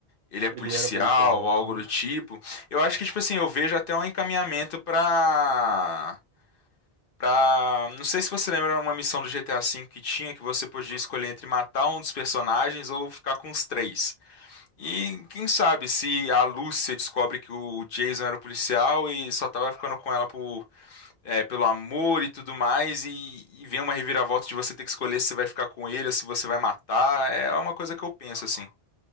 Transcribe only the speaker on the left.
ele é
policial,
ou algo
do tipo, eu acho que, tipo assim, eu vejo até um encaminhamento pra. Pra... Não sei se você lembra uma missão do GTA V que tinha, que você podia escolher entre matar um dos personagens ou ficar com os três. E quem sabe se a Lúcia descobre que o Jason era o policial e só tava ficando com ela por, é, pelo amor e tudo mais, e, e vem uma reviravolta de você ter que escolher se você vai ficar com ele ou se você vai matar. É uma coisa que eu penso, assim.